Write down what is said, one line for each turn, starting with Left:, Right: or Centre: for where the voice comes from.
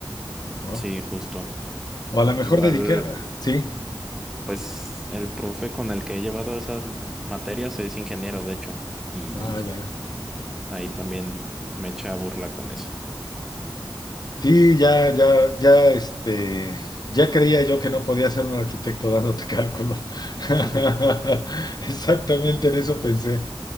Left: ¿no?
Centre: Sí, justo.
Left: O a lo mejor
Centre: Igual,
Left: dedicar, sí.
Centre: pues el profe con el que he llevado esas ma- materias es ingeniero, de hecho, y
Left: Ah, ya.
Centre: ahí también me echa burla con eso.
Left: Sí, ya, ya, ya, este, ya creía yo que no podía ser un arquitecto dándote cálculo. <laughs>
Centre: <laughs>
Left: Exactamente en eso pensé.